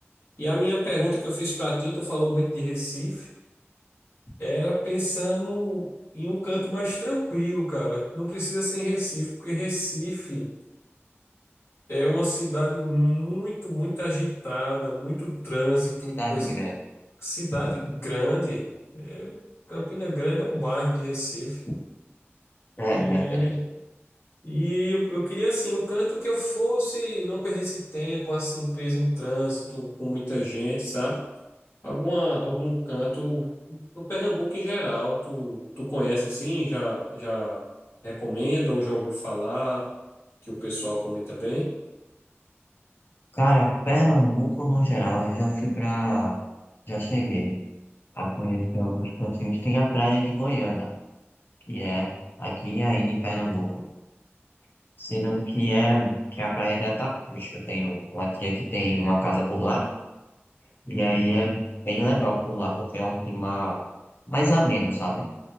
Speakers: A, on the left; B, on the left.
A: E a minha pergunta que eu fiz para ti, tu falou muito de Recife, era pensando em um canto mais tranquilo, cara. Não precisa ser em Recife, porque Recife é uma cidade muito, muito agitada, muito trânsito,
B: Cidade
A: coisa.
B: Grande.
A: Cidade grande. É, Campina Grande é um bairro de Recife.
B: É,
A: e
B: verdade.
A: E eu, eu queria assim um canto que eu fosse, não perdesse tempo, assim, preso em trânsito, com muita gente, sabe? Alguma, algum canto no Pernambuco em geral, tu, tu conhece assim, já já recomenda ou já ouviu falar que o pessoal comenta bem?
B: Cara, Pernambuco no geral, eu já fui pra. Já cheguei a conhecer alguns cantinhos. Tem a praia de Goiânia, que é aqui ainda em Pernambuco, sendo que é, que é a praia de Atapujo. Eu tenho uma tia que tem uma casa por lá, e aí é bem legal por lá, porque é um clima mais ameno, sabe?